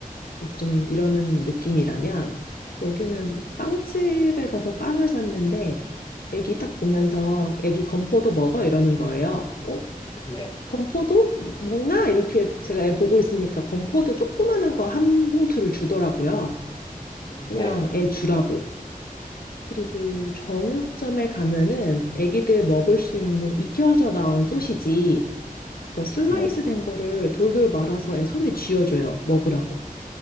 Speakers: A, on the left (about 80°); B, on the left (about 30°).
A: 막 좀 이러는 느낌이라면 여기는 빵집에 가서 빵을 샀는데 애기 딱 보면서 애기 건포도 먹어 이러는 거예요. 어,
B: 네.
A: 건포도 먹나? 이렇게 제가 애 보고 있으니까 건포도 조그만한 거 한 봉투를 주더라고요. 그냥
B: 네.
A: 애 주라고. 그리고 정육점에 가면은 애기들 먹을 수 있는 익혀져 나온 소시지 그거 슬라이스
B: 네네.
A: 된 거를 돌돌 말아서 애 손에 쥐어줘요. 먹으라고.